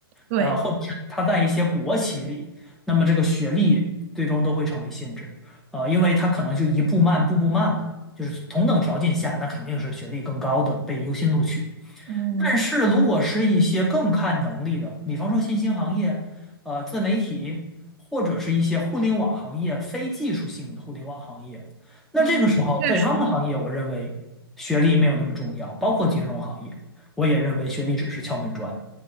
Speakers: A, on the right (about 35°); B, in the centre.
A: 对，
B: 呃，或者是他在一些国企里，那么这个学历最终都会成为限制，呃，因为他可能就一步慢，步步慢了，就是同等条件下，那肯定是学历更高的被优先录取，
A: 嗯
B: 但是如果是一些更看能力的，比方说新兴行业、呃自媒体，或者是一些互联网行业、非技术性的互联网行业，那这个时候在他们的行业，
A: 嗯，确实，
B: 我认为学历没有那么重要，包括金融行业，我也认为学历只是敲门砖。